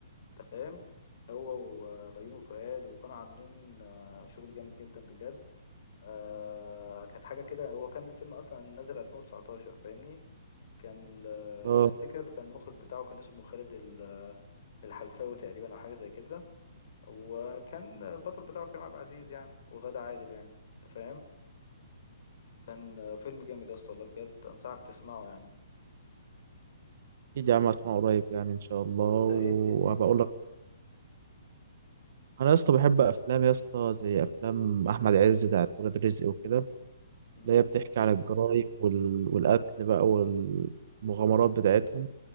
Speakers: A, on the left; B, on the right.
A: أنت فاهم هو وبيومي فؤاد وكانوا عاملين آه، شغل جامد جدا بجد آه كانت حاجة كده هو كان الفيلم أصلا نازل 2019 فاهمني كان ل-
B: اه
A: لو تفتكر كان المخرج بتاعه كان اسمه خالد ال- الحلفاوي تقريبا او حاجه زي كده وكان البطل بتاعه كريم عبد العزيز يعني وغادة عادل يعني انت فاهم كان فيلم جامد يا اسطى والله بجد انصحك تسمعه يعني
B: اكيد يا عم اسمع قريب يعني ان شاء الله وهبقى
A: انت ايه الدنيا كده
B: اقول لك انا يا اسطى بحب افلام يا اسطى زي افلام احمد عز بتاعت ولاد رزق وكده
A: امم
B: اللي هي بتحكي عن الجرايم وال... والقتل بقى والمغامرات بتاعتهم